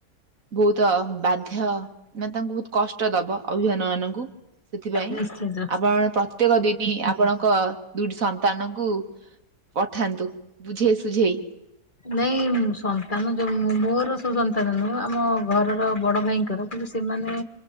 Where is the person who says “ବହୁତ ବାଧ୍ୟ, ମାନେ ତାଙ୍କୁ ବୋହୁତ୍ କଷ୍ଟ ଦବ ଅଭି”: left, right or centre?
Right